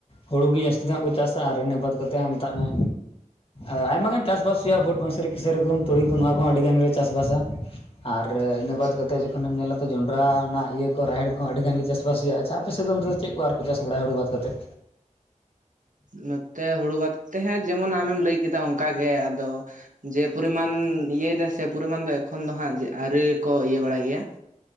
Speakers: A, on the left (about 45°); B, on the right (about 75°).
A: ᱦᱩᱲᱩ ᱜᱮ ᱡᱟᱹᱥᱛᱤ ᱫᱚ ᱦᱟᱸᱜ ᱠᱚ ᱪᱟᱥᱟ ᱟᱨ ᱤᱱᱟᱹ ᱵᱟᱫ ᱠᱟ ᱠᱟᱛᱮᱫ ᱦᱚᱸ ᱢᱮᱛᱟᱜ ᱢᱮ ᱟᱨ ᱟᱭᱢᱟ ᱜᱟᱱ ᱪᱟᱥᱵᱟᱥ ᱦᱩᱭᱩᱜᱼᱟ ᱵᱷᱩᱴ ᱢᱟᱥᱨᱤ ᱠᱮᱥᱨᱤ ᱜᱩᱦᱩᱢ ᱛᱩᱲᱤ ᱠᱚ ᱱᱚᱣᱟ ᱠᱚ ᱟᱹᱰᱤ ᱜᱟᱱ ᱞᱮ ᱪᱟᱥᱵᱟᱥᱟ ᱟᱨ ᱤᱱᱟᱹ
B: ᱟᱪᱪᱷᱟ
A: ᱵᱟᱫᱽ ᱠᱟᱛᱮᱫ ᱡᱚᱠᱷᱚᱱᱮᱢ ᱧᱮᱞᱟ ᱛᱚ ᱡᱚᱱᱰᱨᱟ ᱚᱱᱟᱜ ᱤᱭᱟᱹ ᱠᱚ ᱨᱟᱦᱮᱲ ᱠᱚᱸ ᱟᱹᱰᱤ ᱜᱟᱱ ᱜᱮ ᱨᱟᱦᱮᱲ ᱠᱚ ᱦᱚᱸ ᱟᱹᱰᱤᱜᱟᱱ ᱜᱮ ᱪᱟᱥᱵᱟᱥ ᱦᱩᱭᱩᱜᱼᱟᱪᱪᱷᱟ ᱟᱯᱮ ᱥᱮᱫ ᱱᱚᱱᱛᱮ ᱪᱮᱫ ᱠᱚ ᱟᱨ ᱪᱟᱥᱵᱟᱥ ᱫᱚ ᱵᱟᱲᱟᱭ ᱦᱩᱲᱩ ᱵᱟᱫᱽ ᱠᱟᱛᱮᱜ
B: ᱱᱚᱛᱮ ᱦᱩᱲᱩ ᱵᱟᱫ ᱠᱟᱛᱮ ᱛᱮ ᱦᱟᱜ ᱡᱮᱢᱚᱱ ᱟᱢᱮᱢ ᱞᱟᱹᱭ ᱠᱮᱫᱟ ᱚᱱᱠᱟ ᱜᱮ ᱟᱫᱚ ᱡᱮ ᱯᱚᱨᱤᱢᱟᱱ ᱤᱭᱟᱹᱭ ᱫᱟ ᱥᱮ ᱯᱚᱨᱤᱢᱟᱱ ᱫᱚ ᱮᱠᱷᱚᱱ ᱫᱚ ᱦᱟᱸᱜ ᱟᱹᱣᱨᱤ ᱠᱚ ᱤᱭᱟᱹ ᱵᱟᱲᱟᱭ ᱜᱮᱭᱟ